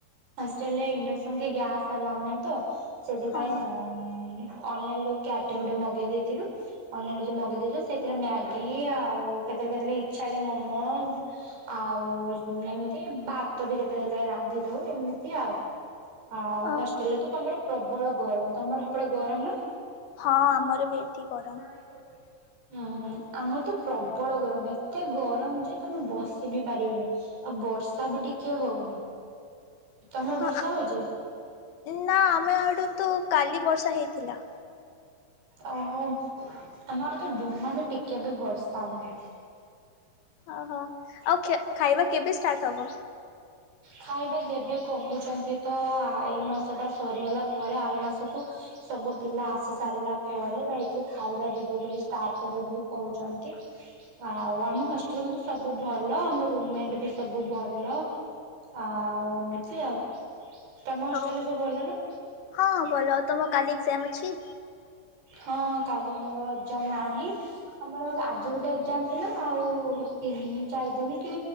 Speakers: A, on the right; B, on the left.
A: ହଷ୍ଟେଲ ରେ ଇଣ୍ଡକ୍ସନ କି ଗ୍ୟାସ ଆଲାଅ ନାଇଁ ତ ସେଥିପାଇଁ
B: ଓହୋ
A: ଅନଲାଇନରୁ କ୍ୟାଟେଲ୍ ଗୋଟେ ମଗେଇ ଦେଇଥିଲୁ। ଅନଲାଇନିରେ ଯୋଉ ମଗେଇଦେଇଥୀଲୁ ସେଥିରେ ମ୍ୟାଗି ଆଉ କେତେବେଳେ କେତେବେଳେ ଇଛା ହେଲେ ମୋମୋଜ ଆଉ ଏମିତି ଭାତ ବି କେତେବେଳେ କେତେବେଳେ ରାନ୍ଧି ଦୋଉ ଏମିତି ଆଉ। ଆଉ
B: ଓହୋ
A: ହଷ୍ଟେଲରେ ତ ତମର ପ୍ରବଳ ଗରମ। ତମର ସେପଟେ ଗରମ ନା?
B: ହଁ ଆମର ବି ଏଠି ଗରମ।
A: <inaudible> ଓହୋ ଆମର ତ ପ୍ରବଳ ଗରମ ଏତେ ଗରମ ଯେ ତମେ ବସି ବି ପାରିବନି। ଆଉ ବର୍ଷା ବି ଟିକେ ହୋଉନି। ତମର
B: ହଁ
A: ବର୍ଷା ହୋଉଛି?
B: ନା ଆମ ଆଡ଼ୁ ତ କାଲି ବର୍ଷା ହେଇଥିଲା।
A: ଓହୋ ଆମ ଆଡେ ତ ଜମା ବି ଟିକେ ବି ବର୍ଷା ନାଇଁ।
B: ଓହୋ ଆଉ ଖେ ଖାଇବା କେବେ ଷ୍ଟାର୍ଟ ହବ?
A: ଖାଇବା ଦେବେ କହୁଛନ୍ତି ତ ଏଇ ମାସ ଟା ସରିଗଲା ପରେ ଆର ମାସକୁ। ସବୁ ପିଲା ଆସି ସାରିଲା ପରେ ଯାଇକି ଖାଇବା ଦେବେ ବୋଲି ଷ୍ଟାର୍ଟ କରିବେ ବୋଲି କହୁଛନ୍ତି। ଆଉ ଆମ ହଷ୍ଟେଲରେ କିନ୍ତୁ ସବୁ ଭଲ ଆମ ରୁମ୍ ମେଣ୍ଟ ବି ସବୁ ଭଲ। ଆଉ ଏମିତି ଆଉ। ତମ ହୋଷ୍ଟେଲରେ
B: ହବ?
A: ସବୁ ଭଲ ନା?
B: ହଁ ଭଲ। ତମ କାଲି ଏକ୍ଜାମ ଅଛି?
A: ହଁ କାଲି ମୋର ଏକ୍ଜାମ ନାହିଁ। ଆମର ଆଜି ଗୋଟେ ଏକ୍ଜାମ ଥିଲା ଆଉ ତିନି ଚାରି ଦିନ କି